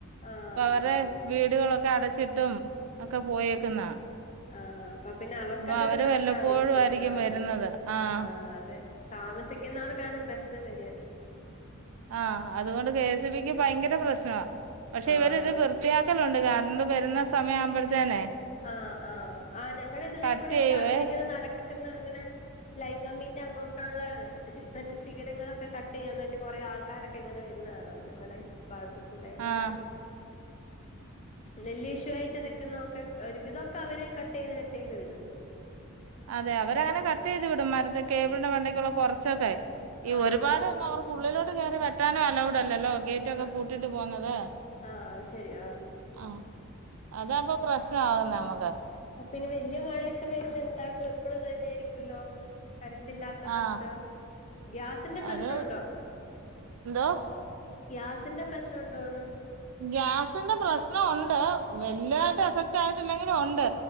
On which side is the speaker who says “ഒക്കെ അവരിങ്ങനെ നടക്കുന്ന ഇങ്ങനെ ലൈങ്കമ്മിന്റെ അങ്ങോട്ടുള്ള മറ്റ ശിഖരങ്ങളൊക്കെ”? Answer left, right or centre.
Left